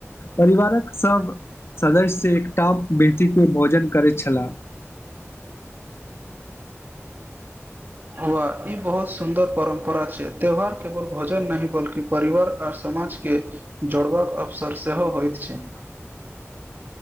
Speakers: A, on the left; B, on the right.
A: परिवारक सब सदस्य से एकटाप बेटी के भोजन करैत छलाह
B: हुआ ई बहुत सुन्दर परम्परा छै त्यौहार केवल भोजन नहि बल्कि परिवार आर स समाज के जोड़बाक अवसर सेहो होइत छै
A: <inaudible>